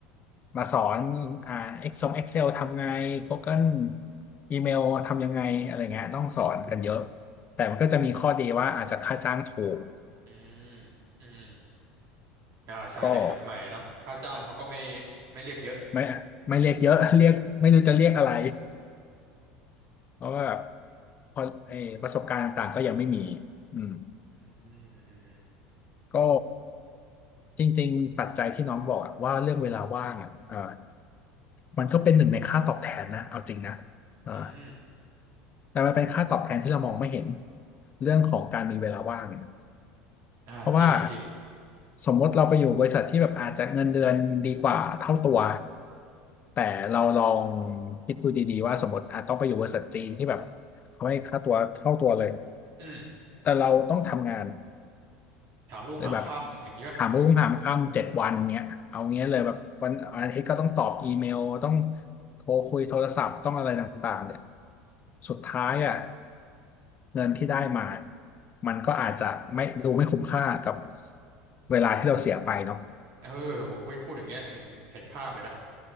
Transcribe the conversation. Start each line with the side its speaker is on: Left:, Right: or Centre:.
Left: มาสอนอ่า Excel Excel ทำไง Google อีเมลทำยังไงอะไรเงี้ยต้องสอนกันเยอะแต่มันก็จะมีข้อดีว่าอาจจะค่าจ้างถูก
Right: อืมอืมอืมอ่าใช่เด็กจบใหม่เนาะค่าจ้างเขาก็ไม่
Left: ก็
Right: ไม่เรียกเยอะ
Left: ไม่ไม่เรียกเยอะ <laughs> เรียกไม่รู้จะเรียกอะไรเพราะว่าแบบพอไอ้ประสบการณ์ต่างๆก็ยังไม่มีอืม
Right: อืมอืม
Left: ก็จริงๆปัจจัยที่น้องบอกอะว่าเรื่องเวลาว่างอ่ะเออมันก็เป็นหนึ่งในค่าตอบแทนนะเอาจริงนะเออ
Right: อืมอืม
Left: แต่มันเป็นค่าตอบแทนที่เรามองไม่เห็นเรื่องของการมีเวลาว่างเนี่ย
Right: อ่าจริงจริง
Left: เพราะว่าสมมติเราไปอยู่บริษัทที่แบบอาจจะเงินเดือนดีกว่าเท่าตัวแต่เราลองคิดดูดีๆว่าสมมติอาจต้องไปอยู่บริษัทจีนที่แบบเขาให้ค่าตัวเท่าตัวเลย
Right: อืม
Left: แต่เราต้องทำงาน
Right: ถามลุงหางค่ำอย่างนี้ป่ะ
Left: เลยแบบถามรุ่งถามค่ำเจ็ดวันเนี้ยเอาเงี้ยเลยแบบวันอาทิตย์ก็ต้องตอบอีเมลต้อง
Right: อืม
Left: โทรคุยโทรศัพท์ต้องอะไรต่างๆเนี่ยสุดท้ายอ่ะเงินที่ได้มามันก็อาจจะไม่ดูไม่คุ้มค่ากับเวลาที่เราเสียไปเนาะ
Right: เออโหเว้ยพูดอย่างเงี้ยเห็นเห็นภาพเลยนะ